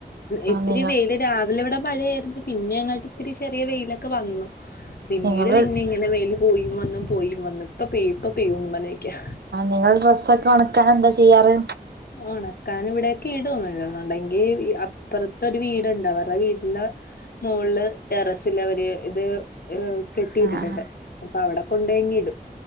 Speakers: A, on the left; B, on the right.
A: ഇത്തിരി
B: നിങ്ങ
A: വെയില് രാവിലെ ഇവിടെ മഴയായിരുന്നു പിന്നെ അങ്ങോട്ട് ഇത്തിരി ചെറിയ വെയിലൊക്കെ വന്നു പിന്നീട്
B: നിങ്ങള്
A: പിന്നെങ്ങ അങ്ങനെ വെയിൽ പോയി വന്നും പോയി വന്നും ഇപ്പ പെയും ഇപ്പ പെയുന്നു പറഞ്ഞിരിയ്ക്കാ
B: ങ്ങൾ ഡ്രസ്സൊക്കെ താൻ എന്താ ചെയ്യാറ്
A: ഉണക്കാൻ ഇവിടെയൊക്കിടും അല്ലന്നുണ്ടെങ്കി അപ്പുറത്തെ ഒരു വീടുണ്ട് അവരുടെ വീടിൻ്റെ മോളില് ടെറസില് അവര് ഇത് എ കെട്ടിയിട്ടിട്ടുണ്ട്
B: ആഹ് ആഹ്
A: അപ്പോ അവിടെ കൊണ്ടോയിങ്ങിടും